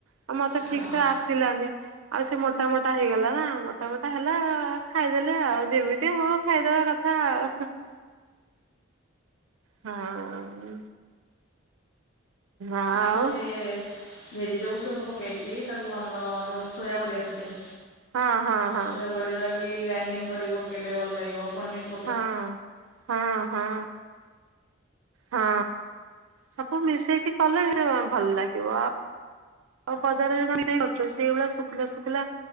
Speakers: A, on the right; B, on the left.
A: ଆଉ ମତେ
B: ହଁ
A: ଠିକ୍ ସେ ଆସିଲାନି। ଆଉ ସେ ମୋଟା ମୋଟା ହେଇଗଲା ନା ମୋଟାମୋଟା ହେଲା। ଖାଇଦେଲେ ଆଉ ଯେମିତି ହଉ ଖାଇଦବା କଥା ଆଉ। ହଁ। ଆଉ
B: ଆଜି ଭେ ଭେଜିଟେବୁଲ ଚପ୍ ପକେଇକି ତାକୁ ଆମର ଯୋଉ ସୋୟା ବଡ଼ି ଆସିଛି।
A: ହଁ ହଁ ହଁ
B: ସୋୟା ବଡ଼ି ଗୁଡ଼ା ବି ଗ୍ରାଇଣ୍ଡିଙ୍ଗ କରି ପକେଇଲେ ଭଲ ଲାଗିବ। ପନିର
A: ହଁ ହଁ ହଁ। ହଁ, ସବୁ ମିଶେଇକି କଲେ ଭଲ ଲାଗିବ ଆ ଆଉ ବଜାରରେ। <unintelligible> ସେଇଗୁଡା ଶୁଖିଲା ଶୁଖିଲା